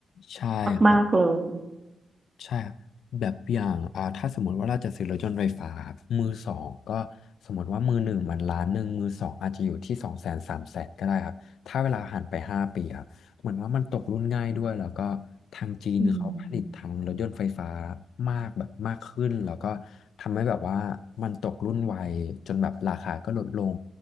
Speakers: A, on the left (about 75°); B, on the right (about 20°).
A: ใช่ครับ
B: มากๆเลย
A: ใช่ครับแบบอย่างอ่าถ้าสมมติว่าเราจะซื้อรถยนต์ไฟฟ้าครับมือสองก็สมมติว่ามือหนึ่งมันล้านหนึ่งมือสองอาจจะอยู่ที่สองแสนสามแสนก็ได้ครับถ้าเวลาผ่านไปห้าปีครับเหมือนว่ามันตกรุ่นง่ายด้วยแล้วก็ทางจีนเขาผลิตทางรถยนต์ไฟฟ้า
B: อืม
A: มากแบบมากขึ้นแล้วก็ทำให้แบบว่ามันตกรุ่นไวจนแบบราคาก็ลดลง